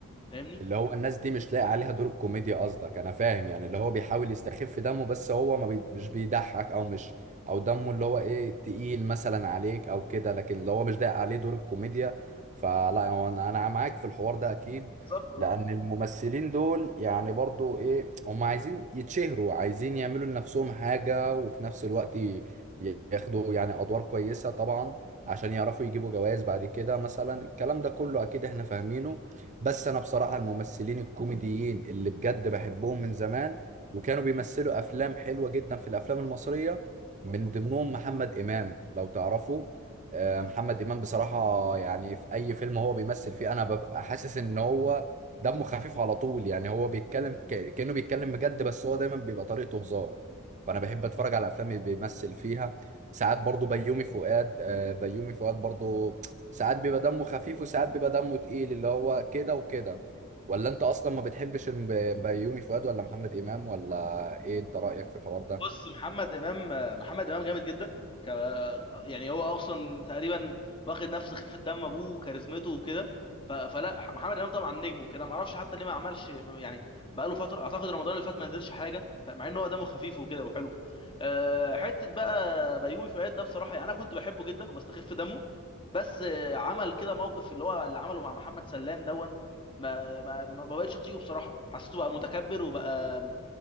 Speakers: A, on the left; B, on the right.
A: فاهمني
B: اللي هو الناس دي مش لاقي عليها دور الكوميديا قصدك انا فاهم يعني اللي هو بيحاول يستخف دمه بس هو ما بي... مش بيضحك او مش او دمه اللي هو ايه تقيل مثلا عليك او كده لكن اللي هو مش لاقي عليه دور الكوميديا فلا هو انا أنا معاك في الحوار ده اكيد
A: بالظبط اه
B: لان الممثلين دول يعني برضو ايه هم عايزين يتشهروا عايزين يعملوا لنفسهم حاجة وفي نفس الوقت ي- ياخدوا يعني ادوار كويسة طبعا عشان يعرفوا يجيبوا جوائز بعد كده مثلا الكلام ده كله اكيد احنا فاهمينه بس
A: بالظبط
B: انا بصراحه الممثلين الكوميديين اللي بجد بحبهم من زمان وكانوا بيمثلوا افلام حلوه جدا في الافلام المصريه من ضمنهم محمد امام لو تعرفوا آه،
A: اه
B: محمد امام بصراحه يعني في اي فيلم هو بيمثل فيه انا ببقى حاسس ان هو دمه خفيف على طول يعني هو بيتكلم ك- كانه بيتكلم بجد بس هو دايما بيبقى طريقته هزار فانا بحب
A: هو
B: اتفرج على الافلام اللي بيمثل فيها ساعات برضو بيومي فؤاد آه، بيومي فؤاد برضو ساعات بيبقى دمه خفيف وساعات بيبقى دمه تقيل اللي هو كده وكده ولا انت اصلا ما بتحبش الم- بيومي فؤاد ولا محمد امام ولا ايه انت رايك في الحوار ده
A: بص محمد امام محمد امام جامد جدا ك... يعني هو اصلا تقريبا واخد نفس خفه دم ابوه وكاريزمته وكده ف... فلا محمد امام طبعا نجم وكده ما اعرفش حتى ليه ما عملش يعني بقى له فتره اعتقد رمضان اللي فات ما نزلش حاجه مع ان هو دمه خفيف وكده وحلو أه حته بقى بيومي فؤاد ده بصراحه يعني انا كنت بحبه جدا وبستخف دمه بس آه، عمل كده موقف اللي هو اللي عمله مع محمد سلام دون ما ما ما ما بقتش اطيقه بصراحه حسيته بقى متكبر وبقى